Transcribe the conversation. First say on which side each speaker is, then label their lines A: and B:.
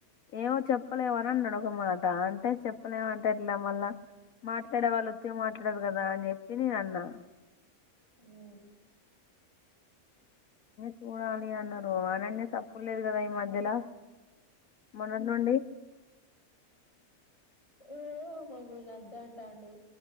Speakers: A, on the left; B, on the left.
A: ఏమో చెప్పలేమ అనిని నడకన్నమాట అంటే చెప్పలేమ అంటే ఇట్లా మళ్ళ మాట్లాడే వాళ్ళు వ మాట్ అంటదు కదా అని చెప్పి నేను అన్నా
B: మ్మ్
A: చూడాలి అన్నారు అననేయ తప్పు లేదు కదా ఈ మధ్యలో మన నుండి
B: ఓ మమ్మూల్ని వద్ద అంటాడు